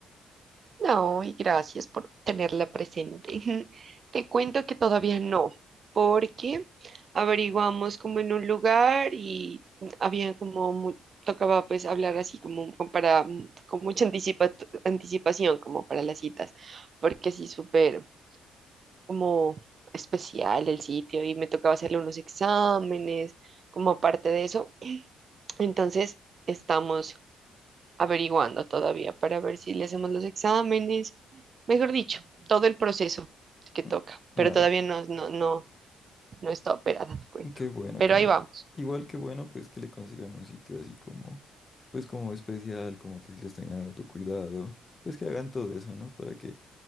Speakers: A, on the right; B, on the left.
A: No, y gracias por tenerla presente. <laughs> Te cuento que todavía no, porque averiguamos como en un lugar y había como, mu- tocaba pues hablar así como con- para, mm, con mucha anticipa- anticipación como para las citas, porque sí, súper como especial el sitio y me tocaba hacerle unos exámenes como aparte de eso. Entonces... Estamos averiguando todavía para ver si le hacemos los exámenes, mejor dicho, todo el proceso que
B: Mm,
A: toca, pero
B: Ay,
A: todavía no, no, no, no está operada, te cuento.
B: qué bueno
A: Pero
B: que
A: ahí
B: me...
A: vamos.
B: Igual que bueno, pues que le consigan un sitio así como, pues como especial, como que si les tengan tu cuidado, pues que hagan todo eso, ¿no? Para que